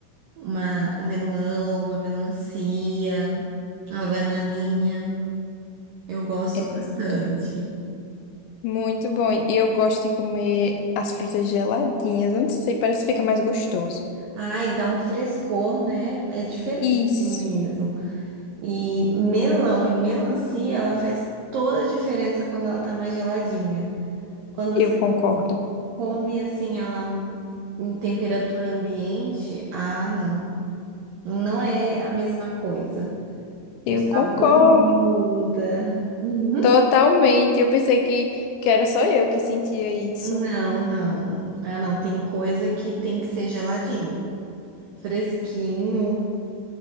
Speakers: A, on the right (about 75°); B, on the left (about 80°).
A: uma, um melão, uma melancia, uma bananinha. Eu gosto
B: É
A: bastante.
B: muito bom. Muito bom. E eu gosto de comer as frutas geladinhas. Eu não sei, parece que fica mais gostoso.
A: Ai, dá um frescor, né? É diferente
B: Isso,
A: mesmo. E melão e melancia, ela faz toda a diferença quando ela tá mais geladinha. Quando você
B: eu concordo.
A: Come assim ela em temperatura ambiente? Ah, não. Não é a mesma coisa.
B: Eu
A: O sabor
B: concordo
A: muda. <laughs> Uhum.
B: totalmente. Eu pensei que, que era só eu que sentia isso.
A: Não, não. Ah, não. Tem coisa que tem que ser geladinho, fresquinho,